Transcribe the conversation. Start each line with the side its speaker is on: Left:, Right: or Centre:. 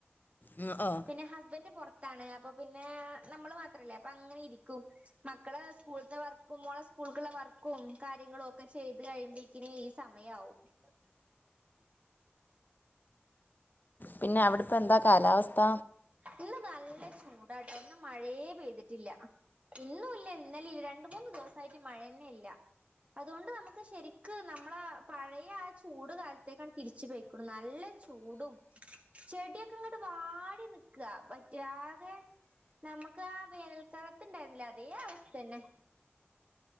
Left: ഉം, ഓ
Right: പിന്നെ ഹസ്ബന്ഡറ് പുറത്താണ് അപ്പൊ പിന്നെ നമ്മള് മാത്രല്ലേ അപ്പൊ അങ്ങനെ ഇരിക്ക <inaudible> മക്കളെ സ്കൂളത്തെ വർക്കുമ മോളെ സ്ക്കുള്ള വർക്ക് കാര്യങ്ങളും ഒക്കെ ചെയ്ത് കഴിയുമ്പോക്കും ഈ സമയവും <inaudible> <inaudible>
Left: പിന്നെ അവിടെപ്പ എന്താ കാലാവസ്ഥ
Right: ഇന്ന് നല്ല ചൂടായിട്ട് ഒന്ന് മഴേ ചെയ്തിട്ടില്ല. ഇന്നുല്ല ഇന്നലില്ല രണ്ട് മൂന്ന് ദിവസായിട്ട് മഴന്നെ ഇല്ല അതുകൊണ്ട് നമുക്ക് ശരിക്ക് നമ്മളെ പഴയ ആ ചൂട് കാലത്തേക്കാണ് തിരിച്ചു പെയ്ക്ക്ണു നല്ല ചൂടും ചെടിയൊക്കെ ഇങ്ങട്ട് വാടി നി ക് വറ്റാതെ നമ്മുക്ക് ആഹ് വേനൽക്കാലത്ത്ണ്ടായിരുന്നില്ലോ അതേ അവസ്ഥന്നെ